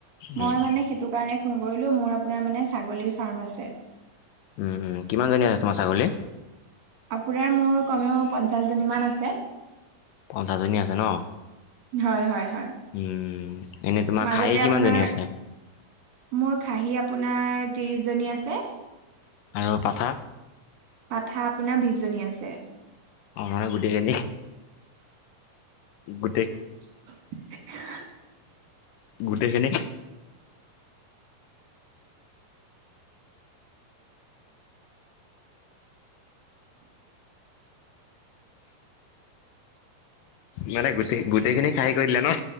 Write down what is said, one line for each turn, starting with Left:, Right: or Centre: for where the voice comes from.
Left: উম,
Right: মই মানে সেইটো কাৰণে ফোন কৰিলো মোৰ আপোনাৰ মানে ছাগলীৰ ফাৰ্ম আছে।
Left: উম উম কিমান জনী আছে তোমাৰ ছাগলী?
Right: আপোনাৰ মোৰ কমেও পঞ্চাশ জনী মান আছে।
Left: পঞ্চাছজনী ন <unintelligible>
Right: হয় হয়। হয়
Left: উম এনেই তোমাৰ
Right: মাজতে
Left: খাহি কিমান
Right: আপোনাৰ
Left: জনী আছে?
Right: মোৰ খাহী আপোনাৰ ত্ৰিশ জনী আছে।
Left: আৰু পাঠা?
Right: পাঠা আপোনাৰ বিশ জনী আছে।
Left: অ মানে গোটেই কেজনি গোটেই
Right: <inaudible>
Left: গোটেই খিনিক মানে গোটেই গোটেইখিনি খাহী কৰি দিলে ন?